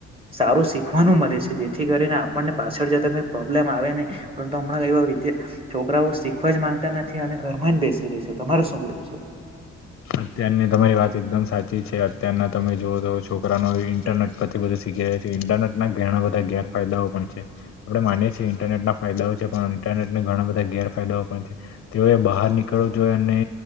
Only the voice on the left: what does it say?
અત્યારની તમારી વાત એકદમ સાચી છે અત્યારના તમે જો તો છોકરા નો ઇન્ટરનેટ પરથી બધું શીખ જે થી ઇન્ટરનેટ ના ઘેણા બધા ગેરફાયદાઓ પણ છે આપડે માનીએ છીએ ઇન્ટરટ ના ફાયદાઓ છે પણ ઇન્ટ નેટ એ ઘણા બધા ગેરફાયદાઓ પણ છે તેઓએ બહાર નીકળવું જોઈએ અને